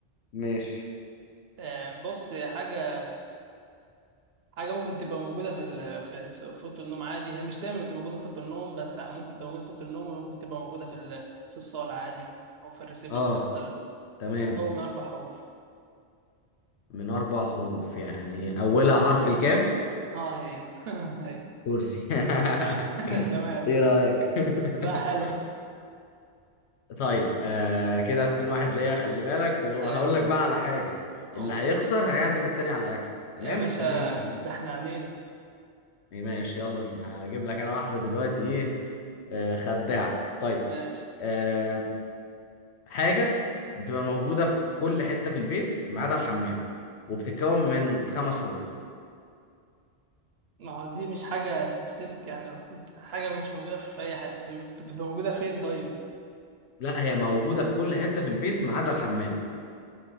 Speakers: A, on the left; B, on the right.
A: ماشي
B: آه، بص حاجه حاجه ممكن تبقى موجوده في ال- في في في اوضه النوم عادي هي مش دايما بتبقى موجوده في اوضه النوم بس ممكن تبقى موجوده في اوضه النوم وممكن تبقى موجوده في ال- في الصاله عادي او في الريسبشن
A: اه
B: مثلا
A: تمام
B: هو من اربع حروف
A: من اربع حروف يعني اولها حرف الكاف
B: اه هي <laughs> هي
A: كرسي
B: تمام <laughs>
A: <laughs>
B: تمام
A: ايه رأيك
B: لا
A: <laughs>
B: حلو
A: طيب آه كده اتنين واحد ليا خلي بالك وهقول
B: هي
A: لك بقى على حاجة
B: اقول
A: اللي هيخسر هيعزم التاني على أكل تمام
B: يا باشا
A: خلينا متفقين
B: ده احنا عنينا
A: إيه، ماشي يلا بينا هجيب لك أنا واحدة دلوقتي إيه آه خداع طيب
B: ماشي
A: آه حاجة بتبقى موجودة في كل حتة في البيت ما عدا الحمام وبتتكون من خمس حروف
B: ما هو دي مش حاجة سبيسيفيك يعني المفروض حاجة مش موجودة في أي حتة في البيت بتبقى موجودة فين طيب؟
A: لا هي موجودة في كل حتة في البيت ما عدا الحمام